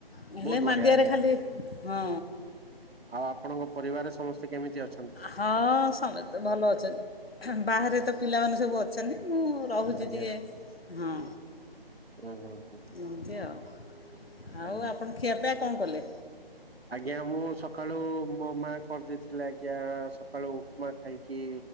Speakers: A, on the left; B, on the right.
A: ହେଲେ
B: ବହୁତ ବଢିଆ
A: ମାଣ୍ଡିଆରେ
B: ଆଜ୍ଞା।
A: ଖାଲି ହଁ
B: ଆଉ ଆପଣଙ୍କ ପରିବାରରେ ସମସ୍ତେ କେମିତି ଅଛ?
A: ହଁ ସମସ୍ତେ ଭଲ ଅଛନି। ଫା ବାହାରେ
B: ଆଜ୍ଞା
A: ତ ପିଲାମାନେ ସବୁ ଅ ଛନି ମୁଁ ରହୁଛି
B: ଆଜ୍ଞା
A: ଟିକେ ହଁ।
B: ଉଁ ହୁଁ ହୁଁ ହୁଁ
A: ଏମତି ଆଉ ଆଉ
B: ଆଜ୍ଞା।
A: ଆପଣ ଖିଆ ପିଆ କଣ କଲେ।
B: ଆଜ୍ଞା ମୁଁମ ସକାଳୁ ମୋ ମା କରିଦେଇଥିଲେି ଆଜ୍ଞା ସକାଳୁ ଉପମା ଖାଇକି।